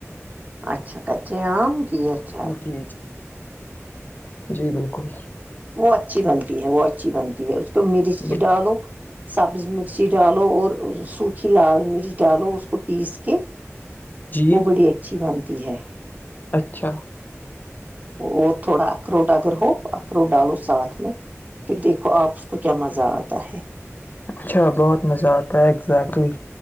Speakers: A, on the right (about 30°); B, on the left (about 35°).
A: اچھا کچے آم کی اھا
B: جی جی بالکل
A: وہ اچھی بنتی ہے وہ اچھی بنتی ہے اس کو مرچ
B: بالکل
A: ڈالو سبز مرچی ڈالو اور سوکھی لال مرچ ڈالو اس کو پیس کے
B: جی
A: وہ بڑی اچھی بنتی ہے
B: اچھا
A: اور تھوڑا اخروٹ اگر ہو پرو ڈالو ساتھ میں پھر دیکھو آپ اس کو کیا مزہ آتا ہے
B: اچھا بہت مزہ آتا ہے اگزیکٹلی